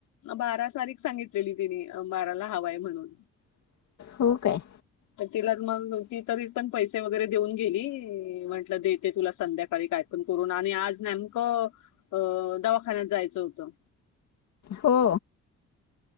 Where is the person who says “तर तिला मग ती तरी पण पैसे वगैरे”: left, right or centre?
Left